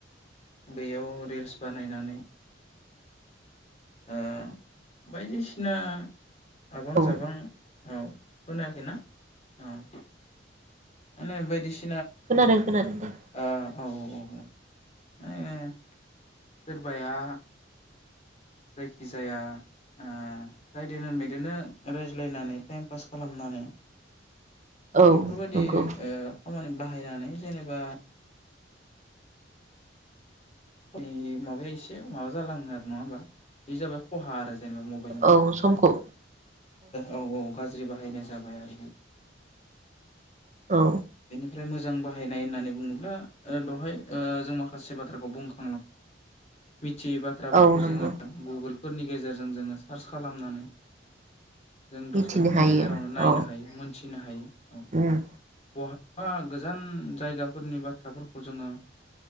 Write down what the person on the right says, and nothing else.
औ
खोनादों खोनादों
औ
नंगौ
औ समखौ
औ
औ नंगौ
मिथिनो
हायो
औ
उम